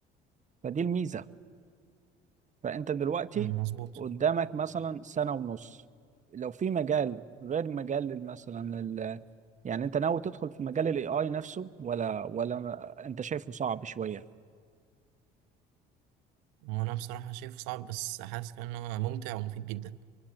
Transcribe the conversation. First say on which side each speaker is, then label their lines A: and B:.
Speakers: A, on the right; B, on the right.
A: فدي الميزة فانت دلوقتي
B: مم. مظبوط
A: قدامك مثلا سنة ونص لو في مجال غير مجال لل- مثلا لل... يعني انت ناوي تدخل في مجال الاي اي نفسه ولا ولا انت شايفه صعب شوية
B: هو انا بصراحه شايفه صعب بس حاسس كمان ان هو ممتع ومفيد جدا